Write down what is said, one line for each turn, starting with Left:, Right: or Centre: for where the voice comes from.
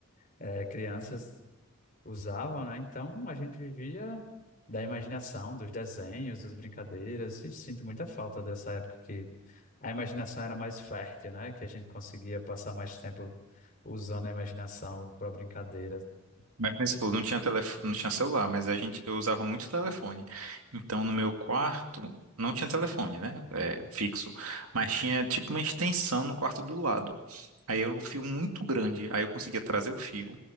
Left: é, crianças usavam, né? Então a gente vivia da imaginação, dos desenhos, das brincadeiras, e sinto muita falta dessa época que a imaginação era mais fértil, né? Que a gente conseguia passar mais tempo usando a imaginação para brincadeira
Right: Mas como você falou, não tinha telefone, não tinha celular, mas a gente, eu usava muito telefone. Então, no meu quarto, não tinha telefone, né? É, fixo. Mas tinha tipo uma extensão no quarto do lado. Aí era um fio muito grande. Aí eu conseguia trazer o fio.